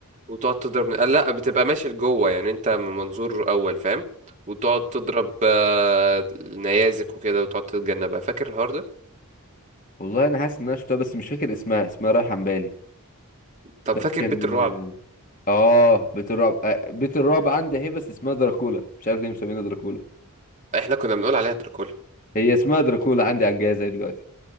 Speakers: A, on the right; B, on the left.
A: وتقعد تضرب آه، لا بتبقى ماشي لجوه يعني انت من منظور اول فاهم وتقعد تضرب آه، نيازك وكده وتقعد تتجنبها فاكر الحوار ده
B: والله انا حاسس ان انا شفتها بس مش فاكر اسمها اسمها رايحه عن بالي
A: طب
B: بس
A: فاكر
B: كان
A: بيت الرعب
B: اه بيت الرعب آه، بيت الرعب عندي اهي بس اسمها دراكولا مش عارف ليه مسمينها دراكولا
A: احنا كنا بنقول عليها دراكولا
B: هي اسمها دراكولا عندي على الجهاز أهي دلوقتي